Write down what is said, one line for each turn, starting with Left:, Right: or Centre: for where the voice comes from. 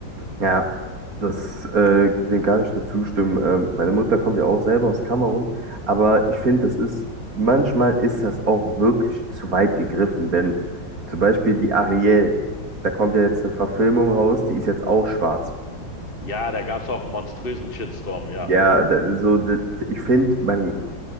Right: Ja. Das, äh, dem kann ich nur zustimmen. Ähm, meine Mutter kommt ja auch selber aus Kamerun, aber ich finde, das ist, manchmal ist das auch wirklich zu weit gegriffen, wenn zum Beispiel die Ariel, da kommt ja jetzt eine Verfilmung raus, die ist jetzt auch schwarz.
Left: Ja, da gab es auch einen monströsen Shitstorm, ja.
Right: Ja,
Left: ja.
Right: da- so, da- ich finde, man,